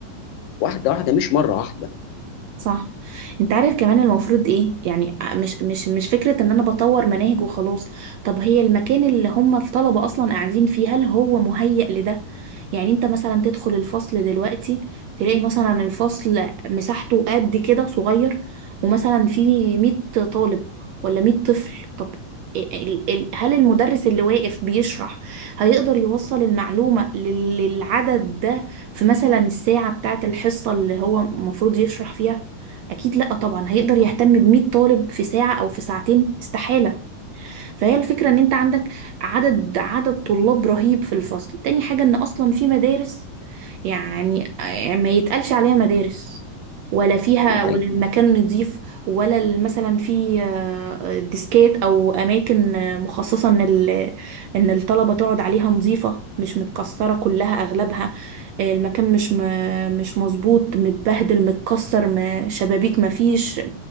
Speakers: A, on the left; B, on the right.
A: واحده واحده مش مره واحده
B: صح انت عارف كمان المفروض ايه يعني مش مش مش فكرة ان انا بطور مناهج وخلاص طب هي المكان اللي هم الطلبة اصلا قاعدين فيه هل هو مهيأ لده يعني انت مثلا تدخل الفصل دلوقتي تلاقي مثلا الفصل مساحته قد كده صغير ومثلا فيه 100 طالب ولا 100 طفل طب ال- ال- ال- هل المدرس اللي واقف بيشرح هيقدر يوصل المعلومة لل- للعدد ده في مثلا الساعة بتاعة الحصة اللي هو المفروض يشرح فيها اكيد لا طبعا هيقدر يهتم ب 100 طالب في ساعة او في ساعتين استحالة فهي الفكرة ان انت عندك عدد عدد طلاب رهيب في الفصل تاني حاجة ان اصلا في مدارس يعني آه، ما يتقالش عليها مدارس ولا فيها
A: ده حقيقي.
B: ولا المكان نظيف ولا ال- مثلا في آه، ديسكات او اماكن آه، مخصصه ان ال- ان الطلبه تقعد عليها نظيفه مش متكسره كلها اغلبها آه، المكان مش م- مش مظبوط متبهدل متكسر ما- شبابيك مفيش